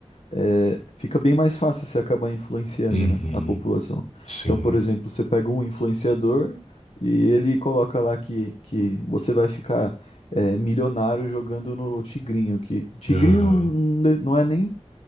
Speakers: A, on the left (about 75°); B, on the left (about 90°).
A: é, fica bem mais fácil você acabar influenciando,
B: Uhum,
A: né, a população.
B: sim,
A: Então, por exemplo, você pega um influenciador e ele coloca lá que, que você vai ficar é, milionário jogando no Tigrinho, que Tigrinho
B: aham,
A: não, não não é nem